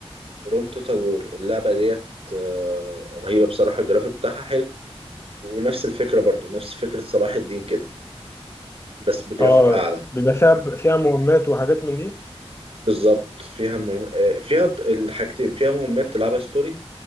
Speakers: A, on the right; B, on the left.
A: روم توتال وور اللعبة ديت آه، رهيبة بصراحة الجرافيك بتاعها حلو ونفس الفكرة برضو نفس فكرة صلاح الدين كده بس بجرافيك
B: اه
A: أعلى
B: بيبقى فيها فيها مهمات وحاجات من دي
A: بالظبط فيها مهم... آه، فيها ت- الحاجتين فيها مهمات تلعبها ستوري